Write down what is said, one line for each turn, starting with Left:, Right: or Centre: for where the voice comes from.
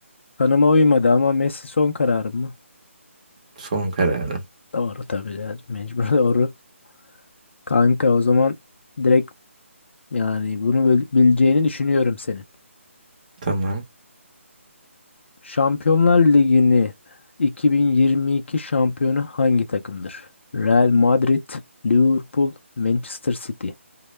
Left: Kanıma uymadı ama Messi son kararım mı?
Right: son kararım.
Left: Doğru tabii yani mecbur <laughs> doğru. Kanka o zaman direkt yani bunu bil- bileceğini düşünüyorum senin.
Right: Tamam.
Left: Şampiyonlar Ligi'nin 2022 şampiyonu hangi takımdır? Real Madrid, Liverpool, Manchester City.